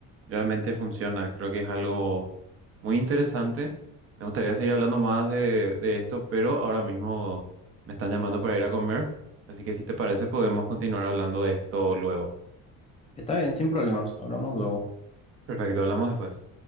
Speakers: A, on the right; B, on the left.
A: realmente funciona. Creo que es algo muy interesante. Me gustaría seguir hablando más de, de esto, pero ahora mismo me están llamando para ir a comer, así que si te parece podemos continuar hablando de esto luego.
B: Está bien, sin problemas, hablamos luego.
A: Perfecto, hablamos después.